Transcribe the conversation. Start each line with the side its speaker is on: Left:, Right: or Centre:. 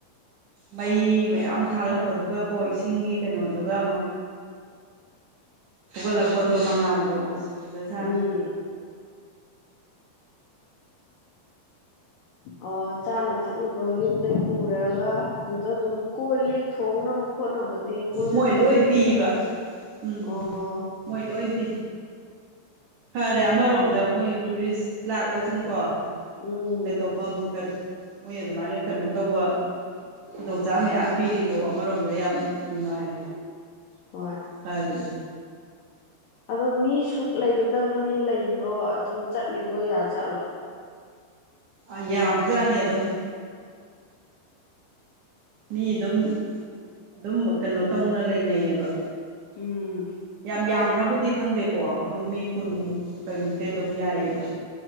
Right: ꯃꯩ ꯃꯌꯥꯝ ꯊꯥꯜꯂꯛꯄꯗꯨꯒꯀꯣ ꯏꯁꯤꯡꯒꯤ ꯀꯩꯅꯣꯗꯨꯒ ꯍꯧꯒꯠꯂꯛꯄꯗꯣ ꯃꯉꯥꯜꯗꯣ ꯑꯁ ꯐꯖꯖꯥꯠꯅꯤ꯫
Left: ꯎꯝ ꯑꯣ ꯆꯥꯅ ꯊꯛꯅꯕ ꯌꯨꯝꯗꯒꯤ ꯄꯨꯔꯒ ꯑꯗꯨꯗ ꯑꯗꯨꯝ ꯀꯣꯜꯂꯤ ꯊꯣꯡꯅꯕ ꯈꯣꯠꯅꯕꯗꯤ ꯃꯣꯏꯅ
Right: ꯃꯣꯏ
Left: ꯑꯗꯨꯝ
Right: ꯂꯣꯏ
Left: ꯄꯤꯕ꯭ꯔꯥ
Right: ꯄꯤꯕ ꯎꯝ
Left: ꯑꯣ
Right: ꯃꯣꯏ ꯂꯣꯏ ꯄꯤ ꯐꯔꯦ ꯑꯃꯔꯣꯝꯗ ꯃꯣꯏ ꯇꯨꯔꯤꯁ ꯂꯥꯛꯄꯁꯤꯡꯀꯣ꯫
Left: ꯎꯝ
Right: ꯀꯩ ꯇꯧꯐꯝ ꯃꯣꯏ ꯑꯗꯨꯃꯥꯏꯅ ꯀꯩꯅꯣ ꯇꯧꯕ ꯈꯨꯗꯣꯡꯆꯥꯥꯕ ꯃꯌꯥꯝ ꯄꯤꯔꯤꯗꯣ ꯑꯃꯔꯣꯝꯗ ꯌꯥꯝ ꯅꯨꯡꯉꯥꯏ
Left: ꯍꯣꯏ
Right: ꯇꯥꯏꯌꯦ꯫
Left: ꯑꯗꯣ ꯃꯤ ꯁꯨꯛ ꯂꯩꯒꯗꯕꯅꯤ ꯂꯩꯕ꯭ꯔꯣ ꯑꯗꯨꯝ ꯆꯠꯂꯤꯒꯣ ꯌꯥꯖꯥꯠꯂꯣ꯫
Right: ꯑ ꯌꯥꯕꯖꯥꯠꯅꯦ ꯑꯗꯨꯝ ꯃꯤ ꯑꯗꯨꯝ ꯑꯗꯨꯝ ꯀꯩꯅꯣ ꯇꯧꯅ ꯂꯩꯅꯩꯌꯦꯕ
Left: ꯎꯝ
Right: ꯌꯥꯝ ꯌꯥꯝꯈ꯭ꯔꯕꯨꯗꯤ ꯈꯪꯗꯦꯀꯣ ꯑꯗꯨ ꯃꯤ ꯀꯨꯟꯃꯨꯛ ꯀꯩꯃꯨꯛꯇꯤ ꯑꯗꯨꯝ ꯌꯥꯏꯌꯦꯕ꯫